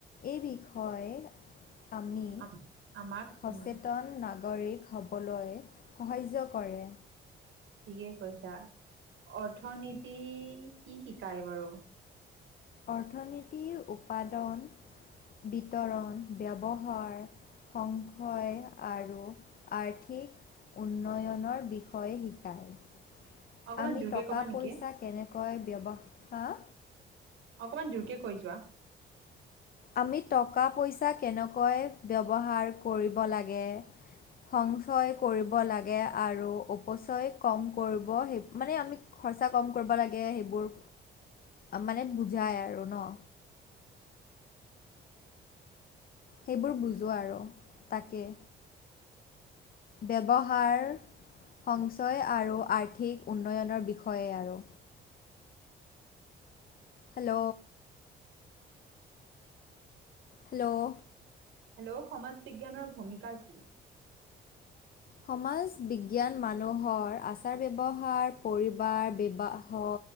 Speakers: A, on the left (about 45°); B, on the right (about 75°).
A: এই বিষয়ে আমি।
B: আম- আমাক
A: সচেতন
B: উম,
A: নাগৰিক হ'বলৈ সাহাৰ্য কৰে।
B: ঠিকে কৈছা অৰ্থনীতি কি শিকায় বাৰু?
A: অৰ্থনীতি উপৎদান, বিতৰণ, ব্যৱহাৰ সংশয় আৰু আৰ্থিক। উন্নয়নৰ বিষয়ে শিকায়।
B: অকমান
A: আমি
B: জোৰকে
A: টকা
B: ক'বা নেকি?
A: পইচা কেনেকৈ ব্যৱহাৰ বা আ।
B: অকমান জোৰকে কৈ যোৱা।
A: আমি টকা পইচা কেনেকৈ ব্যৱহাৰ কৰিব লাগে। সঞ্চয় কৰিব লাগে আৰু অপচয় কম কৰিব, সেই, মানে আমি খৰচা কম কৰিব লাগে, সেইবোৰ, মানে বুজায় আৰু ন? সেইবোৰ বুজোঁ আৰু, তাকে ব্যৱহাৰ, সঞ্চয় আৰু আৰ্থিক উন্নয়নৰ বিষয়ে আৰু হেল্ল'। হেল্ল'।
B: হেল্ল', সমাজ বিজ্ঞানৰ ভূমিকা কি?
A: সমাজ বিজ্ঞান মানুহৰ আচাৰ-ব্যৱহাৰ, পৰিবাৰ, বিবাহ